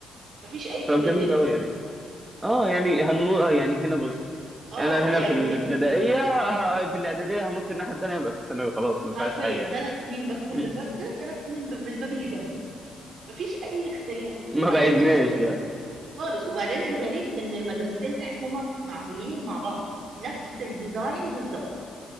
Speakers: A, on the right; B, on the right.
A: مفيش أي كرياتيفيتي
B: طب جميل أوي يعني اه يعني هنو... آه، يعني هنا بص
A: اه
B: انا هنا
A: يعني
B: في الابتدائيه آه، في الاعداديه هنط الناحيه التانيه يبقى في الثانوي خلاص ما
A: حرفيا
B: فيهاش حاجه
A: ثلاث
B: يعني
A: سنين بدخل
B: م-
A: من الباب ده ثلاث سنين من الباب اللي جنبه مفيش أي اختلاف
B: <laughs>
A: وبعدين
B: ما بعدناش
A: نفس
B: يعني
A: خالص وبعدين الغريب إن المدرستين تحس إن هما معمولين مع بعض نفس الديزاين بالظبط